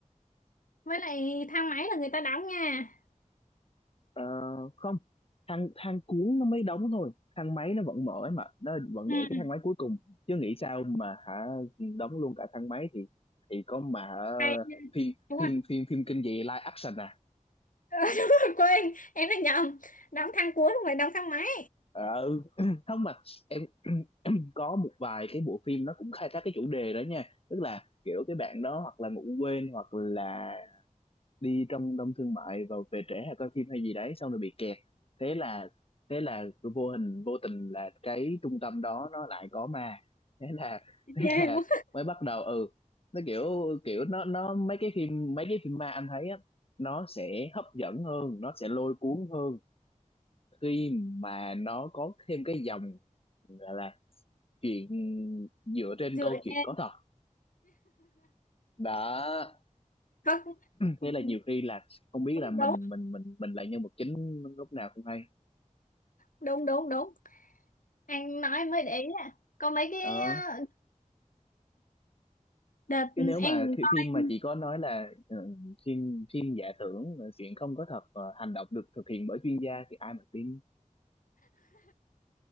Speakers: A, on the left; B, on the left.
A: với lại thang máy là người ta đóng nha
B: Ờ, không thang thang cuốn nó mới đóng thôi thang máy nó vẫn mở ấy mà nó vẫn
A: ừ
B: để cái thang máy cuối cùng chứ nghĩ sao mà hả đóng luôn cả thang máy thì thì có mà ờ,
A: hay
B: phim
A: đúng
B: phim
A: rồi
B: phim phim kinh dị live action à
A: <laughs> đúng rồi quên em đã nhầm đóng thang cuốn không phải đóng thang máy
B: ờ ừ. <clears throat> không mà em <clears throat> có một vài cái bộ phim nó cũng khai thác cái chủ đề đó nha tức là kiểu cái bạn đó hoặc là ngủ quên hoặc là đi trong đông thương mại và về trễ hay coi phim hay gì đấy xong rồi bị kẹt thế là thế là vô hình vô tình là cái trung tâm đó nó lại có ma thế là <laughs> thế
A: ghê
B: là
A: quá
B: mới bắt đầu ừ nó kiểu kiểu nó nó mấy cái phim mấy cái phim ma anh thấy á nó sẽ hấp dẫn hơn nó sẽ lôi cuốn hơn khi mà nó có thêm cái dòng gọi là chuyện dựa trên
A: dựa
B: câu chuyện
A: trên
B: có thật đó
A: có đúng
B: thế là nhiều khi là không biết là mình
A: đúng
B: mình mình mình là nhân vật chính lúc nào cũng hay
A: đúng đúng đúng anh nói mới để ý à có mấy cái
B: Ờ,
A: ờ, đợt
B: chứ nếu
A: em
B: mà thi-
A: coi
B: phim mà chỉ có nói là ờ, phim phim giả tưởng ờ, chuyện không có thật ờ, hành động được thực hiện bởi chuyên gia thì ai mà tin